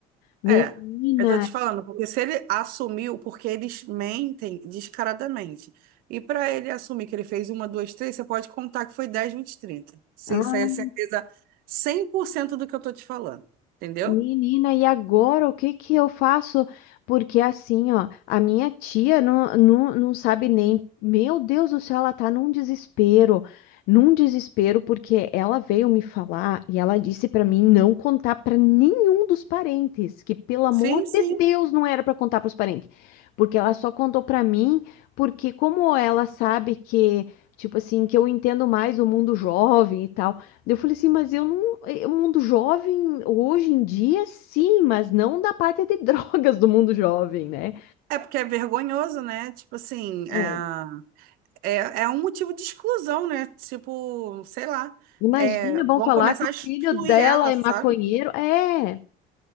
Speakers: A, on the left; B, on the right.
A: Menina.
B: É, eu tô te falando, porque se ele assumiu, porque eles mentem descaradamente. E para ele assumir que ele fez uma, duas, três, você pode contar que foi 10, 20, 30. Sim,
A: Ah,
B: isso aí é certeza 100% do que eu tô te falando. Entendeu?
A: Menina, e agora o que que eu faço? Porque assim, ó, a minha tia não, não, não sabe nem. Meu Deus do céu, ela tá num desespero, num desespero, porque ela veio me falar e ela disse pra mim não contar pra nenhum dos parentes, que pelo amor
B: Sim, sim.
A: de Deus não era pra contar pros parentes, porque ela só contou pra mim, porque como ela sabe que, tipo assim, que eu entendo mais o mundo jovem e tal. Eu falei assim, mas eu não. eh, O mundo jovem, hoje em dia, sim, mas não da parte de <laughs> drogas do mundo jovem, né?
B: É porque é vergonhoso, né? Tipo assim,
A: É,
B: é, é, é um motivo de exclusão, né? Tipo, sei lá.
A: Imagina,
B: É, vão
A: vão falar
B: começar
A: que o
B: a excluir
A: filho dela
B: ela,
A: é
B: sabe?
A: maconheiro. É,